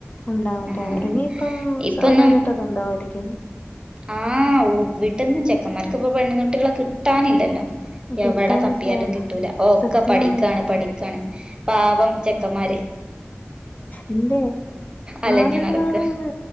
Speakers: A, on the left (about 35°); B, on the right (about 20°).
A: ഉണ്ടാവട്ടെ
B: ഉം
A: അതെ ഇനിയിപ്പം
B: ഇപ്പൊന്നും
A: സ്വാഭാവികായിട്ടത് ഉണ്ടാവാരിക്കും
B: ആഹ് ഓ വിടന്നും ചെക്കമ്മാര്ക്കിപ്പോ പെണ്ണ്ങ്‌കുട്ടികള കിട്ടാനില്ലല്ലോ
A: കിട്ടാനില്ല
B: എവട തപ്പിയാലും കിട്ടൂല ഓ ഒക്ക
A: സത്യം
B: പഠിക്ക്ആണ് പഠിക്ക്ആണ് പാവം ചെക്കമ്മാര്
A: എൻ്റെ
B: അലഞ്ഞു
A: ആണാണാണാണ്
B: നടക്ക